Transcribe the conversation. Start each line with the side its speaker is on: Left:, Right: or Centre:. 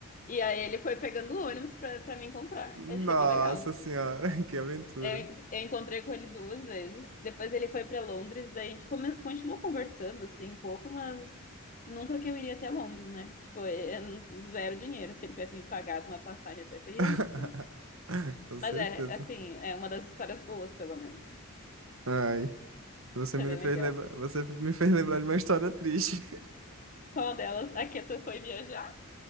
Left: E aí ele foi pegando o ônibus pra, pra me encontrar.
Right: Nossa
Left: Achei bem legal.
Right: senhora, <laughs> que aventura.
Left: Eu, en- eu encontrei com ele duas vezes. Depois ele foi para Londres, daí a gente come- continuou conversando assim um pouco, mas nunca que eu iria até Londres, né? Tipo, é é n- zero dinheiro. Se ele tivesse me pagado uma passagem, eu até
Right: <laughs>
Left: teria ido, mas
Right: Com
Left: mas
Right: certeza.
Left: é, assim, é uma das histórias boas, pelo menos.
Right: Ai. Você
Left: Foi
Right: me
Left: bem
Right: fez
Left: legal.
Right: lembrar, você me fez lembrar de uma história triste. <laughs>
Left: Qual delas? A que tu foi viajar?